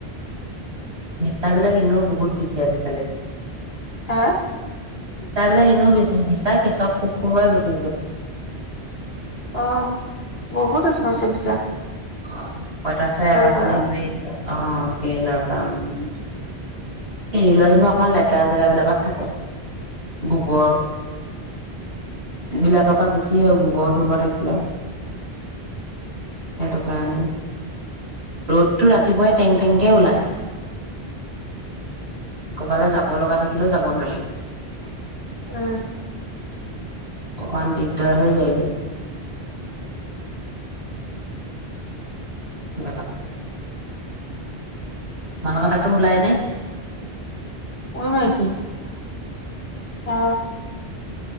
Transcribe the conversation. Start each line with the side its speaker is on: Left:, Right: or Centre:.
Right: নিচিনাবিলাক এনেও বহুত বেছি আজিকালি।
Left: হয়
Right: নিচাবিলাক এনেও বেছি নিচা পেছা পক্ষবেছি।
Left: অ বহুত ওচৰ চাপিছে
Right: অ পইতছোৰা এবাৰ
Left: পৰা
Right: হ'লে হৈয়ে থাকে অ কল আৰু পানি এৰি লোৱা যেনিবা অকমান লেতেৰা জেগ বিিলাকত থাকে গোবৰ বিলাকৰ পৰা বেছি হয় গোবৰ চোবৰ থাকিলে সেইটো কাৰণেই ৰ'দতটো ৰাতিপুৱাই টেং টেংকে ওলাই। ক'বালে যাব লগা থাকিলেও যাব নোৱাৰিম
Left: উম
Right: অকমান দিগদাৰ হৈ যায়গে উ মনঙতকে মুলাইনে
Left: ন কি <unintelligible> অ